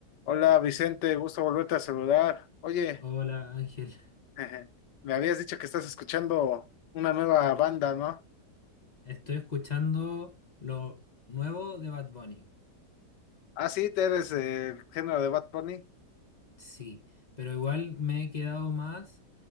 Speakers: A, on the left; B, on the left.
A: Hola Vicente, gusto volverte a saludar. Oye,
B: Hola Ángel,
A: <laughs> me habías dicho que estás escuchando una nueva banda, ¿no?
B: estoy escuchando lo nuevo de Bad Bunny.
A: Ah, sí, te eres el género de Bad Bunny.
B: Sí, pero igual me he quedado más